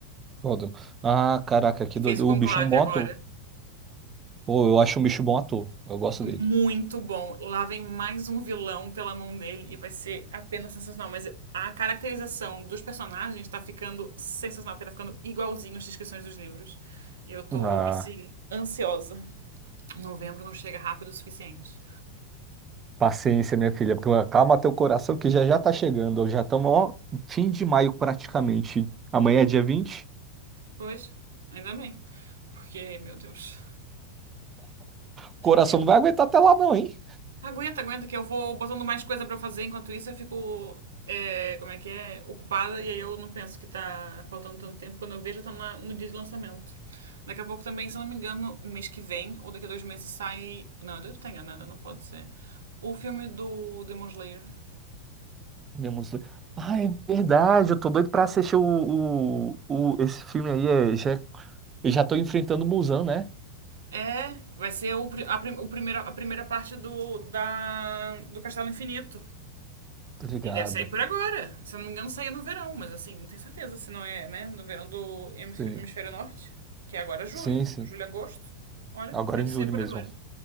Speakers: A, on the right (about 20°); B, on the right (about 65°).
A: Gordon. Ah, caraca, que
B: Que
A: doido.
B: fez o Conclave
A: O bicho é um bom
B: agora.
A: ator. Pô, eu acho um bicho bom ator. Eu gosto dele.
B: Muito bom. Lá vem mais um vilão pela mão dele e vai ser apenas sensacional. Mas a caracterização dos personagens tá ficando sensacional, porque tá ficando igualzinho as descrições dos livros. Eu tô,
A: Ah,
B: assim, ansiosa. Novembro não chega rápido o suficiente.
A: paciência, minha filha. porque- Calma teu coração que já já tá chegando. Já estamos, ó, fim de maio praticamente. Amanhã é dia vinte
B: Pois, ainda bem. Porque, meu Deus.
A: O coração
B: Eu.
A: não vai aguentar até lá, não, hein?
B: Aguenta, aguenta, que eu vou botando mais coisa pra fazer enquanto isso eu fico. é, como é que é? Ocupada e aí eu não penso que tá faltando tanto tempo. Quando eu vejo, já tá na- no dia de lançamento. Daqui a pouco também, se eu não me engano, mês que vem ou daqui a dois meses sai. Não, eu devo estar enganada, não pode ser. O filme do Demon Slayer.
A: Minha música. Ah, é verdade, eu tô doido pra assistir o, o, o- esse filme aí. É, já, eu já tô enfrentando o Muzan, né?
B: É, vai ser o, pri- a, prim- o primeira, a primeira parte do, da, do Castelo Infinito.
A: Tô ligado.
B: E deve sair por agora. Se eu não me engano, saía no verão, mas assim, não tenho certeza se não é, né? No verão do hemis-
A: Sim,
B: hemisfério norte, que é agora julho,
A: sim, sim.
B: julho, agosto. Olha,
A: Agora
B: deve
A: em
B: ser
A: julho
B: por
A: mesmo.
B: agora.